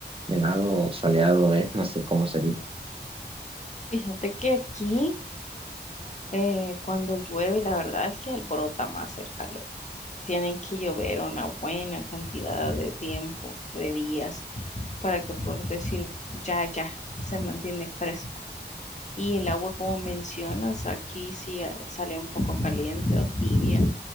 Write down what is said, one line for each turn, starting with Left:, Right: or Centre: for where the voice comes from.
Right: helado o soleado es, no sé cómo sería.
Left: Fíjate que aquí Eh, cuando llueve, la verdad es que alborota más el calor. Tienen que llover una buena cantidad de tiempo, de días, para que puedas decir, ya, ya, se mantiene fresco. Y el agua, como mencionas, aquí sí eh, sale un poco caliente o tibia,